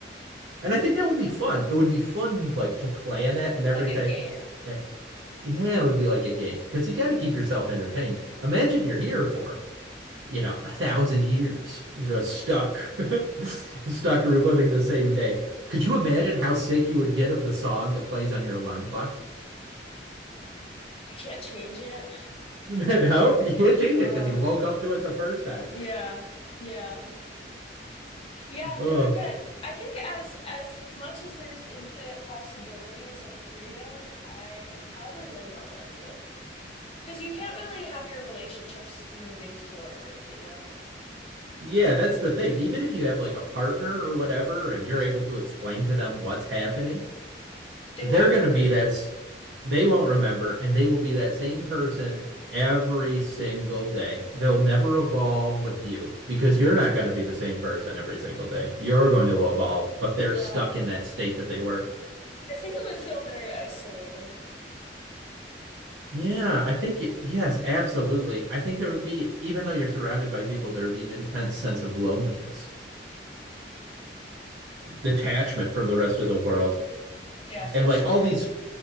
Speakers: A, on the right; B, on the left.
A: and I think that would be fun. It would be fun like to plan it and everything.
B: Like a game.
A: eh, yeah, it would be like a game because you got to keep yourself entertained. Imagine you're here for, you know, a thousand years, just stuck, <laughs> stuck reliving the same day. Could
B: I
A: you
B: know.
A: imagine how sick you would get of the song that plays on your alarm clock?
B: I can't change it.
A: <laughs> No, you can't change
B: Uh,
A: it because you woke up to it the first time.
B: yeah. Yeah. Yeah,
A: Oh,
B: it would get I think as as much as there's infinite possibilities and freedom, I probably would not like it. Because you can't really have your relationships moving forward, you know?
A: yeah, that's the thing. Even if you have like a partner or whatever, and you're able to explain to them what's happening,
B: They
A: they're
B: won't remember.
A: going to be that they won't remember and they will be that same person every single day they'll never evolve with you because you're not going to be the same person every single day you're going to evolve but they're
B: Yeah.
A: stuck in that state that they were
B: I think it would feel very isolating.
A: yeah i think yes absolutely i think there would be even though you're surrounded by people there would be an intense sense of loneliness detachment from the rest of the world
B: Yeah, for
A: and like
B: sure.
A: all these